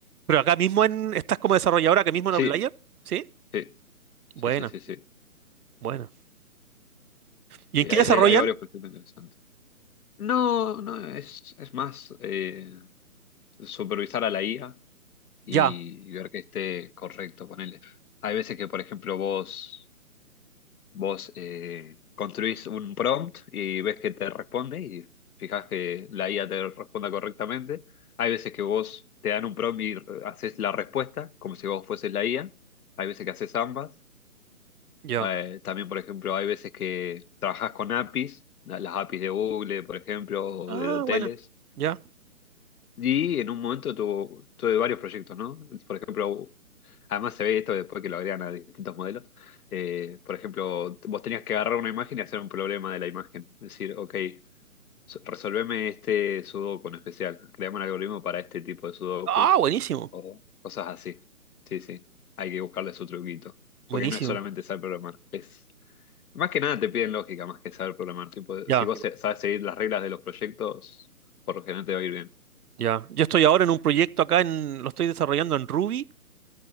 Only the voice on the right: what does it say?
Pero acá mismo en, estás como desarrolladora acá mismo
en Outlier, ¿sí?
Buena,
buena. ¿Y en
qué
desarrollan?
Sí,
Ya,
ya.
Ah,
buena. ya.
Ah, buenísimo,
buenísimo.
Ya,
ya. Yo estoy ahora en un proyecto acá en, lo estoy desarrollando en Ruby